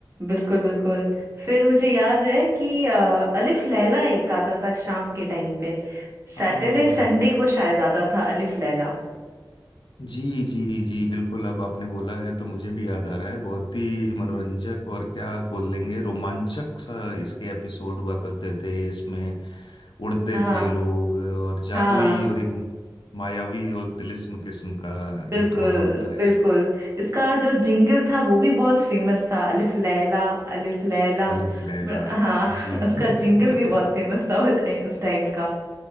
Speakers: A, on the right; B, on the left.
A: बिल्कुल बिल्कुल फिर मुझे याद है कि अ, अलिफ लैला एक आता था शाम के टाइम पे सैटरडे
B: हाँ
A: संडे को शायद आता था अलिफ लैला
B: जी जी जी बिल्कुल अब आपने बोला है तो मुझे भी याद आ रहा है बहुत ही मनोरंजक और क्या बोल देंगे रोमांचक सा इसके एपिसोड हुआ करते थे इसमें उड़ते
A: हाँ
B: थे लोग और जादुई
A: हाँ
B: और एक मायावी और तिलिस्म किस्म का
A: बिल्कुल
B: एक माहौल था
A: बिल्कुल इसका जो जिंगल था वो भी बहुत फेमस था अलिफ लैला अलिफ लैला
B: अलिफ लैला
A: ब- हाँ <laughs>
B: जी
A: उसका
B: <laughs>
A: जिंगल भी बहुत फेमस था वो टाइम- उस टाइम का